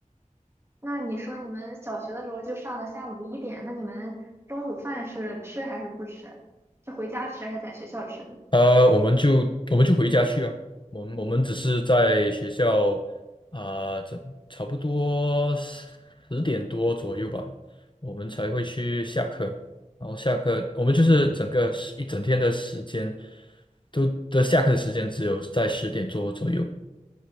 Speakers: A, on the right (about 20°); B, on the left (about 35°).
A: 那你说你们小学的时候就上到下午一点，那你们中午饭是吃还是不吃？是回家吃还是在学校吃呢？
B: 呃，我们就我们就回家去啊。我们我们只是在学校啊，这、差不多十点多左右吧，我们才会去下课。然后下课，我们就是整个时一整天的时间都的下课的时间只有在十点多左右。